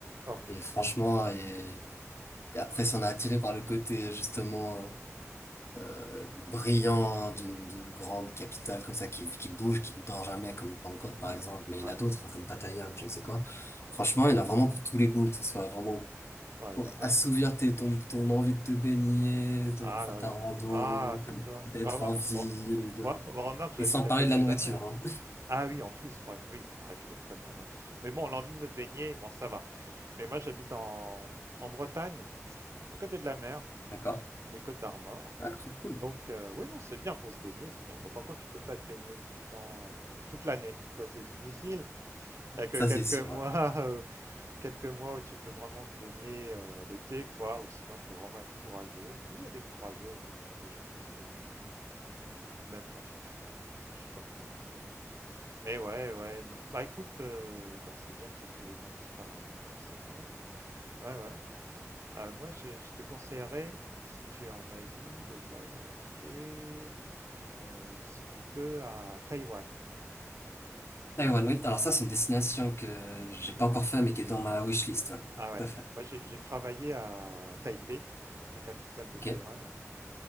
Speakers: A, on the right (about 60°); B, on the left (about 50°).
A: Ah,
B: Et franchement, et, et après, si on est attiré par le côté, justement, euh, euh, brillant d'une d'une grande capitale comme ça qui, qui bouge, qui ne dort jamais comme Bangkok par exemple, mais
A: ouais.
B: il y en a d'autres hein, comme Pattaya ou je ne sais quoi. Franchement,
A: Mhm.
B: il y en a vraiment pour tous les goûts, que ce soit vraiment
A: Ouais,
B: pour
A: ouais.
B: assouvir tes, ton, ton envie de te baigner, de
A: Ah
B: faire
A: là
B: ta
A: là.
B: rando,
A: Ah, tais-toi.
B: d'être
A: Ah, moi,
B: en ville,
A: oh,
B: de...
A: moi, on remarque, j'habite
B: et sans parler
A: à côté
B: de la nourriture,
A: de la mer.
B: hein.
A: Ah oui, en plus, il paraît que- oui, il paraît qu'elle est très bonne. ouais. Mais bon, l'envie de me baigner, bon, ça va. Mais moi, j'habite en, en Bretagne, à côté de la mer,
B: <laughs> D'accord?
A: les Côtes d'Armor.
B: Ah, trop cool.
A: Donc, euh, oui, non, c'est bien pour se baigner, c'est bien. Bon, par contre, tu peux pas te baigner tout le temps, euh, toute l'année. Ça, c'est difficile. Il y a que
B: Ça,
A: quelques
B: c'est sûr,
A: mois
B: ouais.
A: <laughs> quelques mois où tu peux vraiment te baigner euh, l'été, quoi. Ou sinon, faut vraiment être courageux. Mais il y a des courageux, hein. Il y a des gens qui se baignent euh, euh, même quand il fait froid, quoi. Je sais pas comment ils font. Mais, mais ouais, ouais, non. Bah écoute, euh, bah, c'est bien que tu aies trouvé ton petit paradis comme ça, ouais. Ouais, ouais. Euh, moi, je, je te conseillerais, si tu es en Asie, de voyager, euh, si tu peux, à Taïwan.
B: Taïwan,
A: Taï-
B: oui. Alors ça, c'est une destination que j'ai pas encore fait, mais qui est dans ma wishlist, ouais.
A: Ah ouais.
B: Tout à fait.
A: Moi, j'ai j'ai travaillé à Taipei, la capitale de
B: Ok.
A: Taïwan.